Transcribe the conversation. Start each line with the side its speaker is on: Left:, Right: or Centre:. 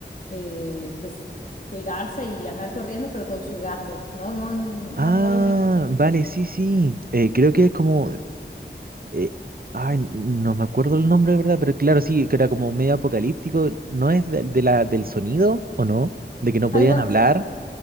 Left: eh, pues cuidarse y andar corriendo, pero con su gato. No, no, no,
Right: Ah,
Left: no, no lo ubico.
Right: vale, sí, sí. Eh, creo que es como... eh, ay, n- no me acuerdo el nombre, ¿verdad? Pero claro, sí, que era como medio apocalíptico. ¿No es de, de la, del sonido o no? De que no podían
Left: Algo así.
Right: hablar,